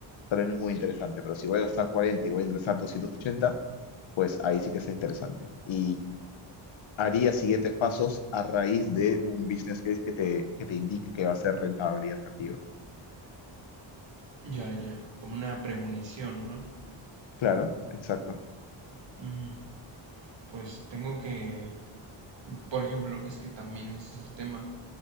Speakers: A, on the left; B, on the right.
A: tal vez no es muy interesante, pero si voy a gastar 40 y voy a ingresar doscientos ochenta pues ahí sí que está interesante. Y haría siguientes pasos a raíz de un business case que te, que te indique que va a ser rentable y atractivo.
B: ya, ya, como una premonición, ¿no?
A: Claro, exacto.
B: Mm, pues tengo que, por ejemplo, es que también ese es el tema.